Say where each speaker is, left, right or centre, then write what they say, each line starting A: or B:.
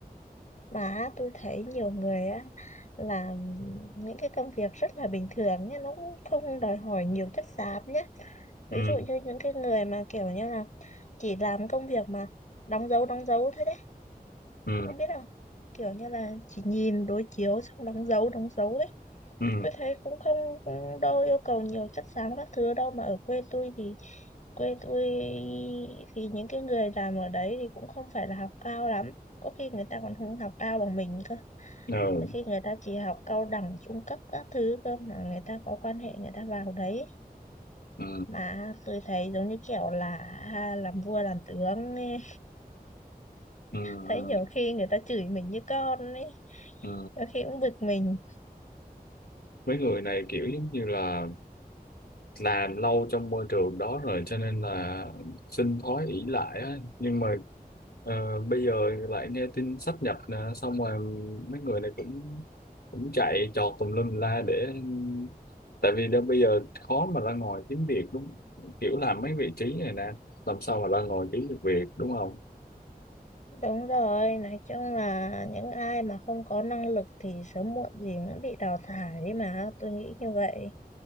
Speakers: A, on the left; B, on the left.
A: Mà tôi thấy nhiều người á làm những cái công việc rất là bình thường nhé, nó cũng không đòi hỏi nhiều chất xám nhé. Ví
B: ừ
A: dụ như những cái người mà kiểu như là chỉ làm công việc mà đóng dấu đóng dấu thôi đấy,
B: ừ
A: ông biết không? Kiểu như là chỉ nhìn đối chiếu xong đóng dấu đóng dấu đấy.
B: ừ
A: Tôi thấy cũng không cũng đâu yêu cầu nhiều chất xám các thứ đâu mà ở quê tôi thì quê tôi thì những cái người làm ở đấy thì cũng không phải là học cao lắm. Có khi người ta còn không học cao bằng mình cơ.
B: ừ ừ
A: Đôi khi người ta chỉ học cao đẳng trung cấp các thứ cơ mà người ta có quan hệ người ta vào đấy
B: ừ
A: mà tôi thấy giống như kiểu là à, làm vua làm tướng ấy.
B: ừ ừ
A: Thấy nhiều khi người ta chửi mình như con ấy
B: ừ.
A: nhiều khi cũng bực mình
B: mấy người này kiểu giống như là làm lâu trong môi trường đó rồi cho nên là sinh thói ỷ lại á nhưng mà ờ, bây giờ lại nghe tin sáp nhập nè xong rồi mấy người này cũng cũng chạy trọt tùm lum la để tại vì đó bây giờ khó mà ra ngoài kiếm việc đúng kiểu làm mấy vị trí này nè làm sao mà ra ngoài kiếm được việc đúng không
A: đúng rồi nói chung là những ai mà không có năng lực thì sớm muộn gì cũng bị đào thải đấy mà tôi nghĩ như vậy